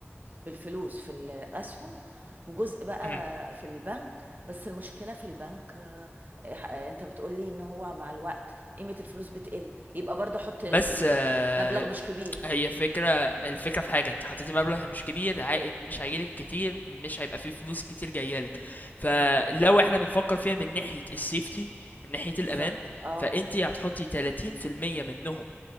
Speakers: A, on the right (about 45°); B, on the left (about 40°).
A: بالفلوس في الاسهم وجزء بقى
B: مم.
A: في البنك بس المشكله في البنك آه، آه، انت بتقولي ان هو مع الوقت قيمه الفلوس بتقل يبقى برضه احط كميه
B: بس آه
A: مبلغ مش كبير
B: هي فكرة الفكرة في حاجة انت حطيتي مبلغ مش كبير عائد مش هيجيلك كتير مش هيبقى فيه فلوس كتير جايالك فلو
A: امم
B: احنا بنفكر فيها من ناحية السيفتي من ناحية
A: بالظبط
B: الأمان
A: اه
B: فانت هتحطي 30% منهم